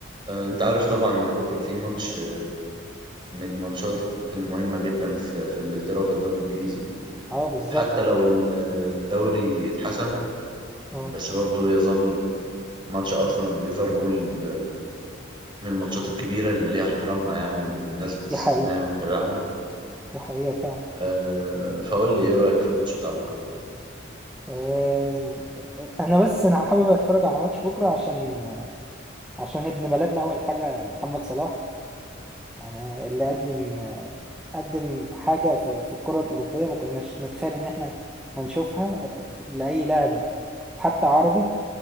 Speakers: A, on the right; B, in the centre.
A: آه، انت عارف طبعا ان بكره في ماتش من الماتشات المهمه جدا في في انجلترا وفي الدوري الانجليزي
B: اه بالظبط
A: حتى لو ال- الدوري اتحسم
B: اه
A: بس برضه يظل ماتش ارسنال وليفربول من الماتشات الكبيره اللي ليها احترامها يعني والناس بتستناها
B: دي حقيقة
A: وتتابعها
B: دي حقيقة فعلا
A: آه، فقول لي ايه رايك في الماتش بتاع بكره
B: آه، انا بس انا حابب اتفرج على ماتش بكرة عشان عشان ابن بلدنا اول حاجة محمد صلاح يعني اللي قدم قدم حاجة في في الكرة الأوروبية ما كناش نتخيل ان احنا هنشوفها لأي لاعب حتى عربي